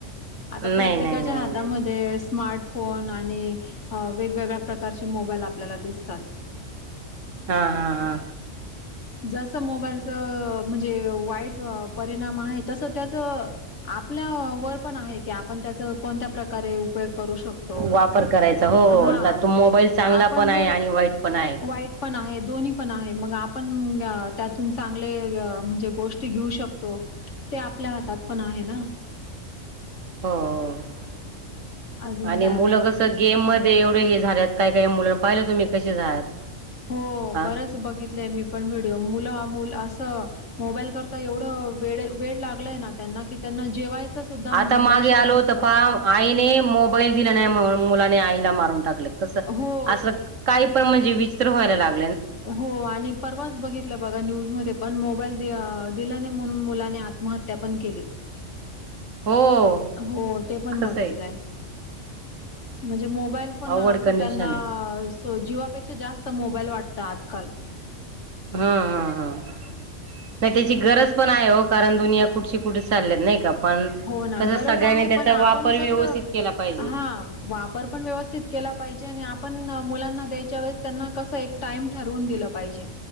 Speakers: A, on the left; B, on the right.
A: आता प्रत्येकाच्या
B: नाही नाही नाही
A: हातामध्ये
B: नाही
A: स्मार्ट फोन आणि वेगवेगळ्या प्रकारचे मोबाईल आपल्याला दिसते.
B: हा हा हा.
A: जस मोबाईलच म्हणजे वाईट परिणाम आहे तसं त्याच आपल्या वर पण आहे की, त्याचा कोणत्या प्रकारे. उपयोग करू शकतो
B: वापर करायचा हो
A: हा
B: ला तो मोबाईल चांगला
A: आपण
B: पण
A: जर
B: आहे आणि वाईट पण आहे
A: वाईट पण आहे दोन्ही पण आहे मग आपण त्यातून चांगले अं‌ म्हणजे गोष्टी घेऊ शकतो ते आपल्या हातात त पण आहे ना.
B: हो हो
A: अजून
B: आणि
A: काय
B: मुलं
A: बोलते?
B: कसं गेम मध् ते एवढं हे झाल्यात काय काय मुलं पाहिलं तुम्ही कसे झाल्यात
A: हो
B: हा
A: बरंच बघितलंय मी पण व्हिडिओ मुलं अ मुलास त मोबाईल करता एवढं वेडे वेड लागलय ना त्यांना की त्यांना जेवायचं सुद्धा
B: आता मागे
A: लक्ष
B: आलो
A: नसतं.
B: त पाहा आईने मोबाईल दिल नाइ म्हणून मुलाने आईला मारून टाकलं कसं
A: हो.
B: असं काही पण म्हणजे विचित्र व्हायला लाग
A: हो आणि परवाचं बघितल्या बघा न्यूज मध्ये पण मोबाइल दिलं नाही म्हणून मुलाने आत्महत्या पण केली.
B: हो
A: हो ते पण
B: कसं
A: बघितलंय
B: आहे
A: म्हणजे मो मोबाईल पण
B: अवघड
A: असं
B: कंडिशन
A: त्यांना
B: आहे
A: जीवापेक्षा जास्त मोबाईल वाटत आजकाल
B: हम् हम् हम्म. नाइ तेची गरज पण हाय हो कारण दुनिया कुठची कुठे चालल्यात नाइ पण
A: हो ना
B: कसं
A: गरज
B: सगळ्यांनी
A: आहे पण
B: तेचा
A: आपण
B: वापर
A: कसं
B: व्यवस्थित केला पाहिजे
A: हा वापर पण व्यवस्थित केला पाहिजे आणि आपण मुलांना द्यायच्या वेळेस त्यांना कसंय एक टाइम ठरवून दिलं पाहिजे